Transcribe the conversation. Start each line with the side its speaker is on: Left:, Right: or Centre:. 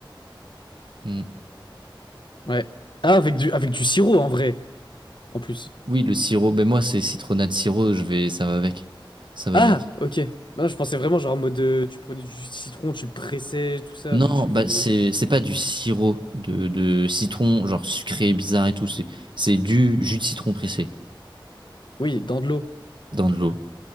Right: Mm.
Left: Ouais. Ah, avec du, avec du sirop en vrai, en plus.
Right: Oui, le sirop. Ben moi, c'est citronnade sirop, je vais, ça va avec, ça va
Left: Ah,
Right: avec.
Left: ok. Ah, je pensais vraiment genre en mode euh, tu prenais du jus de citron, tu le pressais, tout ça,
Right: Non,
Left: puis tu le
Right: bah
Left: fais.
Right: c'est c'est pas du sirop de, de citron, genre sucré, bizarre et tout. C'est c'est du jus de citron pressé
Left: Oui, dans de l'eau.
Right: dans de l'eau.